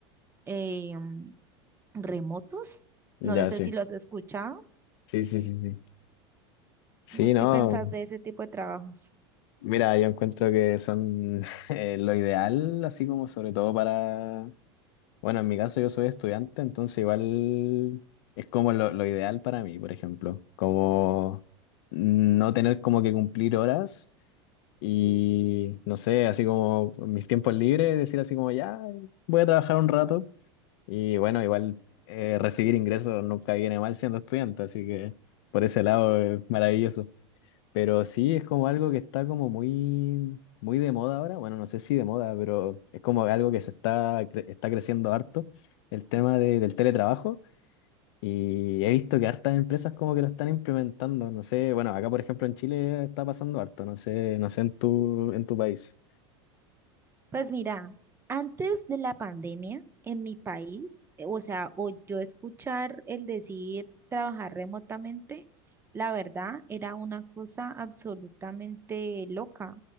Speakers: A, on the right; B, on the left.
A: eh, am, remotos.
B: ya
A: No lo sé
B: sí.
A: si los has escuchado.
B: Sí, sí, sí, sí. Sí,
A: ¿Vos
B: no.
A: qué pensás de ese tipo de trabajos?
B: Mira, yo encuentro que son <laughs> eh, lo ideal, así como sobre todo para. Bueno, en mi caso yo soy estudiante, entonces igual es como lo, lo ideal para mí, por ejemplo. Como no tener como que cumplir horas y no sé, así como en mis tiempos libres, decir así como ya, voy a trabajar un rato. Y bueno, igual eh, recibir ingresos nunca viene mal siendo estudiante, así que por ese lado es maravilloso. Pero sí es como algo que está como muy, muy de moda ahora. Bueno, no sé si de moda, pero es como algo que se está, cre- está creciendo harto, el tema de- del teletrabajo. Y he visto que hartas empresas como que lo están implementando. No sé, bueno, acá por ejemplo en Chile está pasando harto, no sé, no sé en tu, en tu país.
A: Pues mira, antes de la pandemia en mi país, eh, o sea, o yo escuchar el decir trabajar remotamente, la verdad era una cosa absolutamente loca.